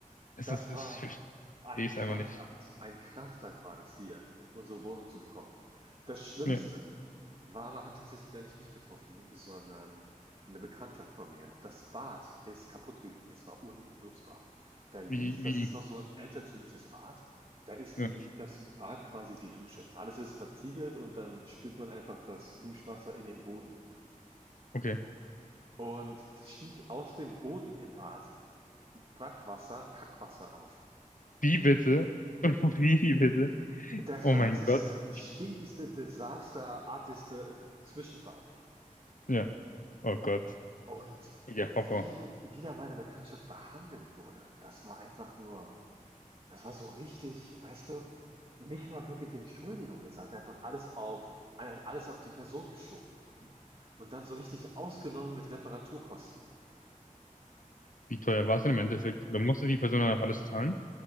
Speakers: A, on the left; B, on the right.
A: es
B: Das
A: ist, es
B: war
A: ist, ich
B: ein
A: verstehe es
B: Kraftakt.
A: einfach nicht.
B: Ein Kraftakt war das hier, unsere Wohnung zu bekommen. Das Schlimmste.
A: Ja,
B: Wawa hat tatsächlich gar nicht mich getroffen, sondern eine Bekanntschaft von mir. Das Bad ist kaputt gegangen. es war unnutzbar. Da lief
A: wie,
B: das
A: wie,
B: ist noch so ein altertümliches Bad, da ist
A: ja,
B: die das Bad quasi die Dusche. Alles ist verziegelt und dann spült man einfach das Duschwasser in den Boden.
A: okay.
B: Und das stieg aus dem Boden im Bad Brackwasser, Kackwasser auf.
A: Wie bitte? <laughs> Wie bitte?
B: Der
A: Oh
B: ranzigste,
A: mein Gott.
B: stinkigste, desasterartigste Zwischenfall.
A: Ja, oh Gott.
B: Und
A: Ja,
B: wie
A: Horror.
B: wieder meine Bekanntschaft behandelt wurde, das war einfach nur das war so richtig, weißt du, nicht mal wirklich Entschuldigung gesagt, einfach alles auf alles auf die Person geschoben worden und dann so richtig ausgenommen mit Reparaturkosten.
A: Wie teuer war es denn im Endeffekt? Oder musste die Person dann auch alles zahlen?